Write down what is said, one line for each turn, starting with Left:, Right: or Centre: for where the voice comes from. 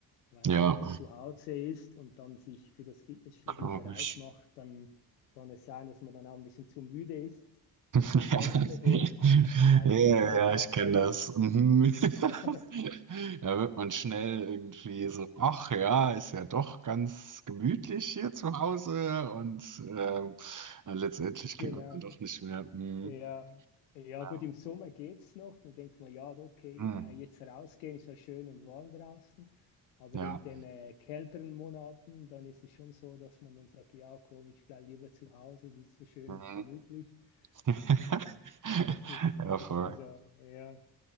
Left: Weil
Right: Ja,
Left: wenn man dann zu Hause ist und dann sich für das Fitnessstudio
Right: glaube
Left: bereit
Right: ich.
Left: macht, dann kann es sein, dass man dann auch ein bisschen zu müde ist
Right: Ja,
Left: und
Right: <laughs>
Left: dann gar nicht mehr geht. Vielleicht
Right: ja, ja,
Left: kennst du das
Right: ja,
Left: auch
Right: ich kenne
Left: bei dir.
Right: das. Mhm. <laughs>
Left: <laughs>
Right: Da wird man schnell irgendwie so, ach ja, ist ja doch ganz gemütlich hier zu Hause und ähm, äh, letztendlich geht
Left: Genau,
Right: man dann doch nicht mehr. Mhm.
Left: Ja, ja
Right: Ja.
Left: gut, im Sommer geht's noch. Dann denkt man, ja, okay,
Right: Mhm.
Left: äh, jetzt rausgehen ist ja schön und warm draußen. Aber
Right: Ja.
Left: in den äh, kälteren Monaten, dann ist es schon so, dass man dann sagt, ja, komm, ich bleibe lieber zu Hause, es ist so schön
Right: Mhm.
Left: und gemütlich.
Right: <laughs>
Left: Ja, das ist,
Right: Ja,
Left: das
Right: voll.
Left: ist schon so, ja,